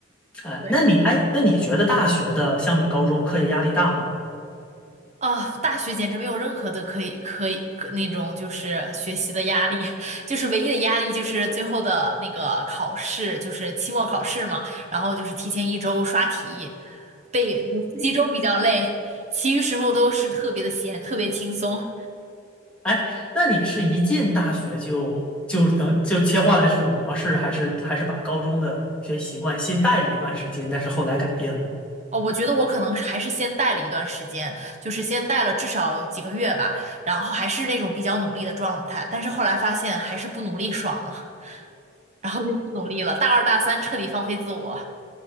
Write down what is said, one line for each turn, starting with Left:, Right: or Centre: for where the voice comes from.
Centre: 哎，
Right: 对。
Centre: 那你哎，那你觉得大学的相比高中课业压力大吗？
Right: 啊，大学简直没有任何的可以可以可那种就是学习的压力，<laughs> 就是唯一的压力就是最后的那个考试，就是期末考试嘛，然后就是提前一周刷题，背复习周比较累，其余时候都是特别的闲，特别轻松。
Centre: 哎，那你是一进大学就就等就切换了这种模式，还是还是把高中的学习习惯先带了一段时间，但是后来改变了？
Right: 哦，我觉得我可能是还是先带了一段时间，就是先带了至少几个月吧，然后还是那种比较努力的状态，但是后来发现还是不努力爽了，然后就不努力了，大二大三彻底放飞自我。